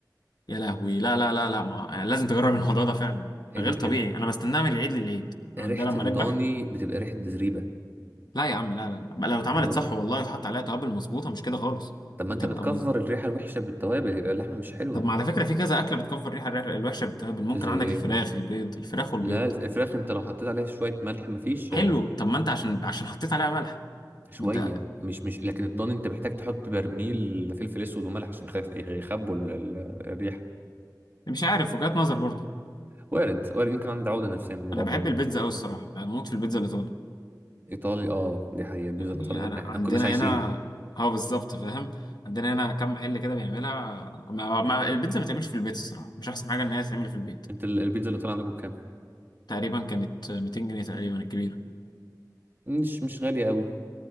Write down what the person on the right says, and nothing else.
ال...
ال-
ريحه
الضاني
بتبقى ريحه زريبه
والله
طب ما
انت بتكفر
الريحه الوحشه بالتوابل يبقى اللحمه مش حلوه
زي
ايه
لا الفراخ انت لو حطيت عليها شويه ملح مفيش
شويه
مش مش لكن الضاني انت محتاج تحط برميل فلفل اسود وملح عشان يخف- يخبوا ال- ال- الريحه
وارد وارد يمكن عندي عقدة نفسية من موضوع
الضن
ده
إيطالي اه دي حقيقة البيتزا
الإيطالي دي-
احنا
كناش عايشين
انت ال- البيتزا الإيطالي عندكم بكام؟
مش مش غالية قوي